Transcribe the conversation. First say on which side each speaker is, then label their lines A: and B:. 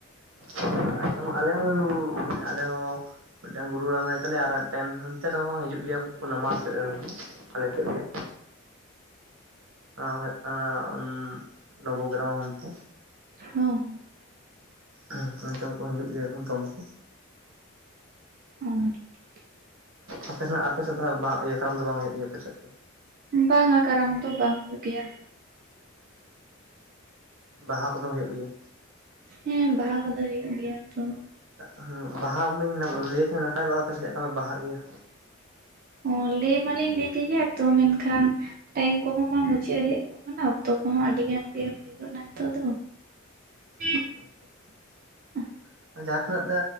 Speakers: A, on the right; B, on the right.
A: ᱟᱸᱡᱚᱢ ᱟᱸᱡᱚᱢ ᱟᱞᱮ ᱦᱚᱸ ᱢᱟᱱᱮ ᱟᱞᱮ ᱦᱚᱸ ᱢᱤᱫᱴᱟᱝ ᱜᱩᱨᱩ ᱦᱟᱲᱟᱢ ᱢᱮᱱᱟᱭ ᱛᱟᱞᱮᱭᱟ ᱟᱨ ᱢᱤᱫᱴᱮᱱ ᱦᱟᱱᱛᱮ ᱨᱮᱦᱚᱸ ᱦᱤᱡᱩᱜ ᱜᱮᱭᱟ ᱠᱚ ᱩᱱᱠᱩ ᱢᱟᱴᱺᱥᱮᱫ ᱨᱚᱦᱚᱸ ᱟᱞᱮ ᱴᱷᱮᱡ ᱜᱮ᱾ ᱟᱸ ᱦᱩᱭᱩᱜ ᱠᱟᱱᱟ ᱩᱸᱜ ᱱᱚᱵᱚᱜᱨᱟᱢ ᱦᱟᱱᱛᱮ᱾
B: ᱦᱮᱸ ᱦᱮᱸ
A: ᱦᱮᱸ ᱚᱱᱛᱮ ᱦᱚᱸ ᱠᱚ ᱦᱤᱡᱩᱜ ᱜᱮᱭᱟ ᱠᱚ ᱫᱚᱱ ᱠᱩ᱾
B: <inaudible>
A: ᱟᱯᱮ ᱥᱮᱱᱟᱜ ᱟᱯᱮ ᱥᱮᱫ ᱫᱚ ᱛᱟᱦᱞᱮ ᱵᱟᱦᱟ ᱤᱭᱟᱹ ᱠᱟᱨᱟᱢ ᱫᱚ ᱵᱟᱝ ᱦᱩᱭᱩᱜ ᱜᱮᱭᱟ ᱟᱯᱮ ᱥᱮᱫ ᱫᱚ?
B: ᱵᱟᱝ-ᱟ ᱠᱟᱨᱟᱢ ᱫᱚ ᱵᱟᱝ ᱦᱩᱭᱩᱜ ᱜᱮᱭᱟ᱾
A: ᱵᱟᱦᱟ ᱠᱚᱫᱚ ᱦᱩᱭᱩᱜ ᱜᱮᱭᱟ?
B: ᱦᱮᱸ ᱵᱟᱦᱟ ᱠᱚᱫᱚ ᱦᱩᱭᱩᱜ ᱜᱮᱭᱟ ᱛᱷᱚ᱾
A: ᱟ ᱦᱮᱸ ᱵᱟᱦᱟ ᱢᱟᱧ ᱞᱟᱹᱭ ᱠᱷᱟᱱ ᱱᱟᱯᱟᱭ ᱠᱚᱜ-ᱟ ᱟᱯᱮ ᱥᱮᱫ ᱞᱮᱠᱟᱯᱮ ᱵᱟᱦᱟᱜ ᱤᱭᱟᱹ
B: ᱚ ᱞᱟᱹᱭ ᱢᱟᱞᱤᱧ ᱞᱟᱹᱭ ᱠᱮᱫ ᱜᱮᱭᱟ ᱛᱚ ᱢᱮᱱᱠᱷᱟᱱ ᱴᱟᱭᱤᱢ ᱠᱚᱦᱚᱸ ᱢᱟ ᱢᱩᱪᱟᱹᱫ ᱦᱮᱡ ᱠᱚᱜ ᱠᱟᱱᱟ ᱚᱠᱛᱚ ᱠᱚᱦᱚᱸ ᱟᱹᱰᱤ ᱜᱟᱱ ᱜᱮ ᱦᱩᱭᱼᱟ ᱱᱤᱛᱚᱜ ᱫᱚ᱾ <unintelligible>
A: ᱟᱪᱪᱷᱟ ᱟᱪᱪᱷᱟ
B: <inaudible>
A: ᱟᱨ ᱡᱟᱦᱟᱸ ᱴᱤᱱᱟᱹᱜ